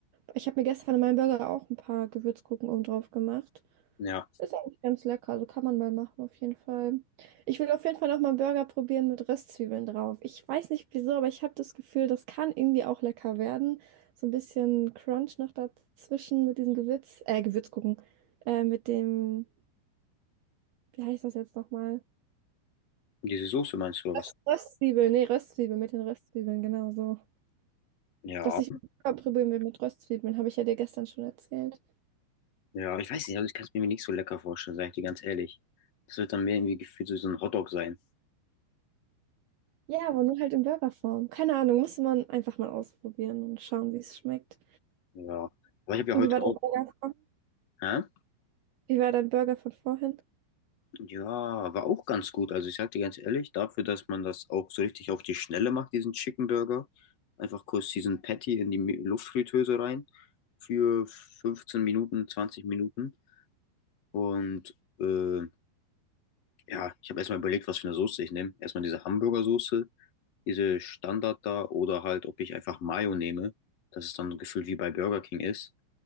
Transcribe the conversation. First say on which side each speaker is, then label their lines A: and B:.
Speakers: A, on the right (about 80°); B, on the left (about 55°).
A: Ich habe mir gestern in meinem Burger auch ein paar Gewürzgurken oben drauf gemacht.
B: Ja,
A: Ist eigentlich ganz lecker, also kann man mal machen auf jeden Fall. Ich will auf jeden Fall noch mal einen Burger probieren mit Röstzwiebeln drauf. Ich weiß nicht wieso, aber ich habe das Gefühl, das kann irgendwie auch lecker werden. So ein bisschen Crunch noch dazwischen mit diesem Gewürz, äh, Gewürz gucken, äh, mit dem, wie heißt das jetzt nochmal?
B: diese Soße meinst du oder
A: Röst,
B: was?
A: Röstzwiebeln, nee, Röstzwiebeln, mit den Röstzwiebeln, genau so.
B: Ja,
A: Dass ich Burger probieren will mit Röstzwiebeln, habe ich ja dir gestern schon erzählt.
B: ja, ich weiß nicht, also ich kann es mir nicht so lecker vorstellen, sage ich dir ganz ehrlich. Das wird dann mehr irgendwie gefühlt so so ein Hotdog sein.
A: Ja, aber nur halt in Burgerform. Keine Ahnung, musste man einfach mal ausprobieren und schauen, wie es schmeckt.
B: Ja, aber ich habe ja
A: Und
B: heute
A: wie war der
B: auch,
A: Burger?
B: hä?
A: Wie war dein Burger von vorhin?
B: Ja, war auch ganz gut. Also ich sag dir ganz ehrlich, dafür, dass man das auch so richtig auf die Schnelle macht, diesen Chicken Burger, einfach kurz diesen Patty in die Mi- Luftfritteuse rein für 15 Minuten, 20 Minuten. Und äh, ja, ich habe erstmal überlegt, was für eine Soße ich nehme. Erstmal diese Hamburgersoße, diese Standard da oder halt, ob ich einfach Mayo nehme, dass es dann gefühlt wie bei Burger King ist.